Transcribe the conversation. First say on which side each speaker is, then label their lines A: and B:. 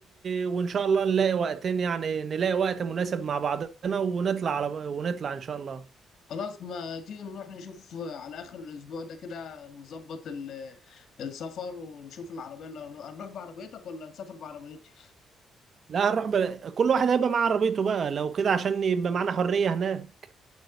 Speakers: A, on the right (about 50°); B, on the left (about 65°).
A: وان شاء الله نلاقي وقتين يعني نلاقي وقت مناسب مع بعضنا ونطلع على ونطلع ان شاء الله
B: خلاص ما تيجي نروح نشوف على آخر الأسبوع ده كده نظبط ال- السفر ونشوف العربية اللي هنروح هنروح بعربيتك ولا نسافر بعربيتي
A: لا هنروح ب... كل واحد هيبقى معاه عربيته بقى لو كده عشان يبقى معانا حرية هناك